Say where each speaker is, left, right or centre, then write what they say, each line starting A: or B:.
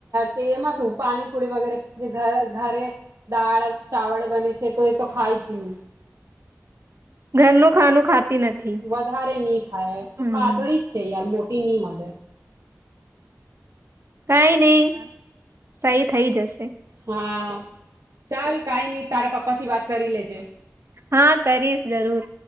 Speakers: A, on the right; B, on the right.
A: કેમાં સપ પાણીપુરી વગેરે છે ઘ ઘરે દાળ ચાવલ બને છે તું એ તો ખાઈ જ ન
B: ઘરનું ખાનું ખાતી નથી
A: વધારે નની ખાય
B: હમ
A: પાતળી જ છે યાર મોટી ની મળે
B: કઈ નઈ સહી થઈ જશે
A: હા ચાલ કઈ નહી તારા પપ્પા થી વાત કરી લેજે.
B: હા કરીશ જરૂર